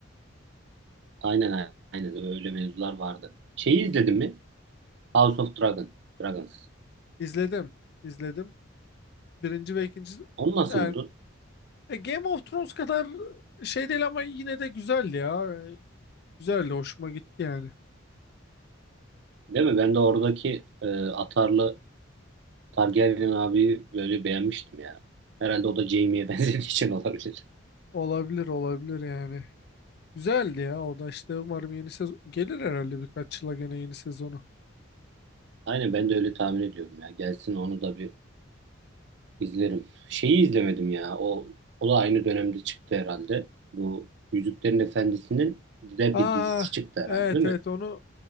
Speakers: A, on the right; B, on the left.
A: Aynen aynen öyle mevzular vardı. Şeyi izledin mi? House of Dragon, Dragons.
B: izledim izledim. Birinci ve ikinci
A: Onu nasıl
B: yani
A: buldun?
B: e, Game of Thrones kadar şey değil ama yine de güzeldi ya. E, Güzeldi, hoşuma gitti yani.
A: Değil mi? Ben de oradaki e, atarlı Targaryen abi böyle beğenmiştim ya. Herhalde o da Jaime'ye <laughs> benzediği için olabilir.
B: Olabilir, olabilir yani. Güzeldi ya. Orada işte umarım yeni sezon gelir herhalde birkaç yıla gene yeni sezonu.
A: Aynen ben de öyle tahmin ediyorum ya. Gelsin onu da bir izlerim. Şeyi izlemedim ya. O, o da aynı dönemde çıktı herhalde. Bu Yüzüklerin Efendisi'nin de
B: Aa,
A: bir dizisi çıktı
B: evet
A: herhalde değil mi?
B: evet onu